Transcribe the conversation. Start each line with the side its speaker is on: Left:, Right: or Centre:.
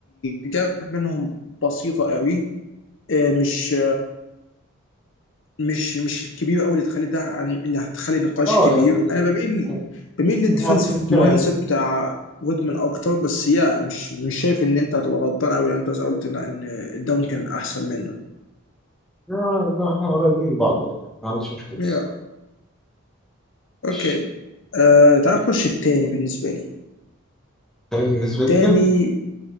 Left: الجاب منهم بسيطه قوي آه، مش مش مش الكبير قوي اللي تخلي ده عن اللي هتخلي نقاش
Centre: اه
Left: كبير
Centre: يعني
Left: انا بميل
Centre: يعني،
Left: بميل للديفنسيف
Centre: ما عنديش مشكله
Left: مايند
Centre: يعني
Left: سيت بتاع وودمان اكتر بس يا مش مش شايف ان انت هتبقى غلطان قوي لو انت قلت ان إن الداون كان احسن منه
Centre: آه لا احنا قريبين من بعض يعني ما عنديش مشكلة
Left: يا اوكي
Centre: ماشي.
Left: آه تعال نخش التاني بالنسبه لي
Centre: أنا بالنسبة لي
Left: تاني
Centre: تم